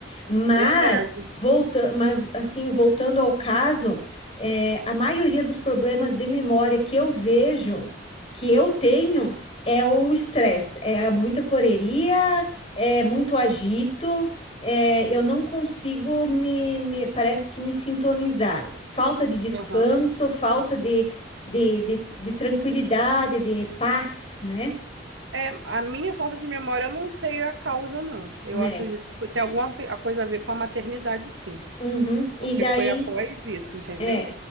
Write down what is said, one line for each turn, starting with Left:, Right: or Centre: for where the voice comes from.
Left: Mas,
Right: Verdade.
Left: volta, mas assim, voltando ao caso, é, a maioria dos problemas de memória que eu vejo, que eu tenho, é o estresse. É muita correria, é muito agito, é, eu não consigo me, me- parece que me sintonizar. Falta de descanso,
Right: Aham.
Left: falta de, de, de, de tranquilidade, de paz, né?
Right: É, a minha falta de memória eu não sei a causa, não. Eu
Left: Né?
Right: acredito que tem
Left: E-
Right: alguma ve- a coisa a ver com a maternidade, sim.
Left: Uhum. E
Right: Porque
Left: daí
Right: foi após isso, entendeu?
Left: É,